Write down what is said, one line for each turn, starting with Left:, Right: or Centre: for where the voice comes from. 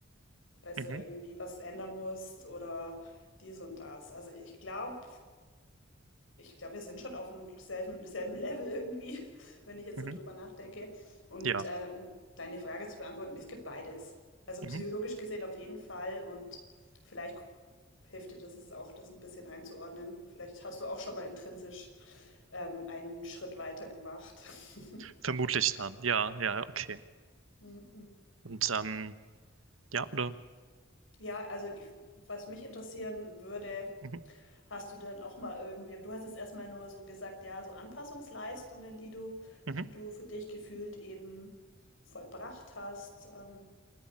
Left: weißt
Right: Mhm,
Left: du, irgendwie was ändern musst oder dies und das. Also ich glaube, ich glaube, wir sind schon auf dem selben, selben Level irgendwie, <laughs> wenn ich jetzt
Right: mhm,
Left: so drüber nachdenke. Und
Right: ja,
Left: äh, um deine Frage zu beantworten, es gibt beides. Also
Right: mhm.
Left: psychologisch gesehen auf jeden Fall und vielleicht hilft dir das jetzt auch, das ein bisschen einzuordnen. Vielleicht hast du auch schon mal intrinsisch ähm, einen Schritt weiter gemacht. <laughs>
Right: Vermutlich dann. Ja, ja, okay.
Left: Mhm.
Right: Und ähm, ja, oder?
Left: Ja, also ich, was mich interessieren würde,
Right: Mhm,
Left: hast du denn auch mal irgendwie, du hast jetzt erstmal nur so gesagt, ja, so Anpassungsleistungen, die du,
Right: mhm.
Left: die du für dich gefühlt eben vollbracht hast, ähm,